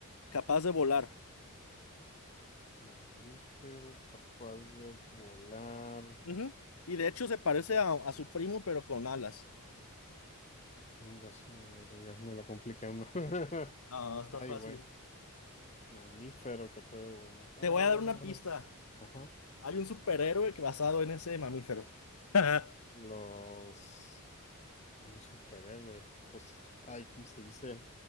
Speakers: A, on the left; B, on the left.
A: capaz
B: Ajá.
A: de volar.
B: Mamífero capaz de volar.
A: Ujú. Y de hecho se parece a, a su primo, pero con alas.
B: Venga, su madre, ya me la compliqué más. <laughs>
A: Ah, está
B: Ay,
A: fácil.
B: güey. Mamífero que puede volar. Ah,
A: Te voy a dar una pista.
B: ajá.
A: Hay un superhéroe que basado en ese mamífero. <laughs>
B: Los... Un superhéroe. Los... Ay, ¿cómo se dice?